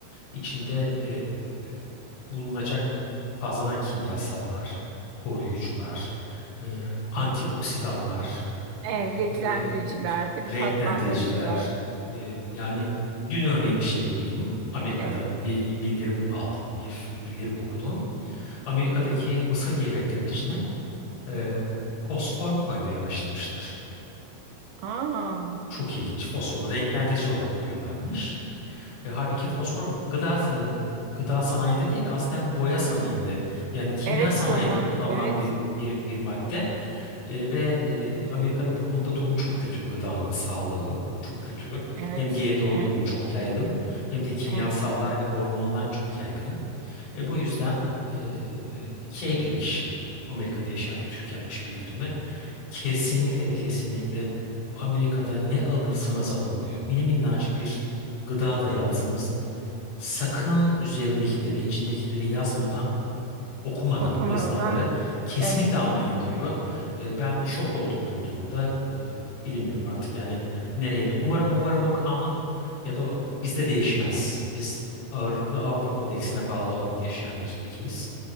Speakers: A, on the left; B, on the right.
A: içinde e, bulunacak fazladan kimyasallar, koruyucular, e, antioksidanlar,
B: Evet,
A: e,
B: renklendiriciler, değil mi?
A: renklendiriciler.
B: Tatlandırıcılar.
A: e, yani dün örneğin bir şey duydum. Amerika'da
B: Evet.
A: bir bildirim aldım, bir bildirim okudum. Amerika'daki mısır gevreklerinin içine e, fosfor koymaya başlamışlar.
B: Aa,
A: Çok ilginç. Fosforu renklendirici olarak koyuyorlarmış. E, halbuki fosfor gıda e, gıda sanayinde değil de aslen boya sanayinde yani kimya
B: evet
A: sanayinde
B: kullanılıyor.
A: kullanılan
B: Evet.
A: bir bir bir madde E, ve e, Amerika'da bu konuda durum çok kötü gıdanın sağlığı çok kötü.
B: Evet.
A: Hem GDO'lu
B: Evet.
A: ürün çok yaygın hem de kimyasallar
B: Evet.
A: ve hormonlar çok yaygın. E, bu yüzden e, şey diyor kişi, Amerika'da yaşayan bir Türk yapmış bildirimi. Kesinlikle ve kesinlikle Amerika'da ne alırsanız alın diyor. Mini minnacık bir gıda dahi alsanız sakın üzerindekileri, içindekileri yazmadan okumadan
B: Okumadan
A: yazılanları kesinlikle
B: evet.
A: almayın diyor. E, ben şok oldum duyduğumda. E, bilemiyorum artık yani nereye de. Umarım umarım o kanun ya da o bizde değişmez. Biz ağırlıklı Avrupa Kodeksine bağlı olarak yaşayan bir ülkeyiz.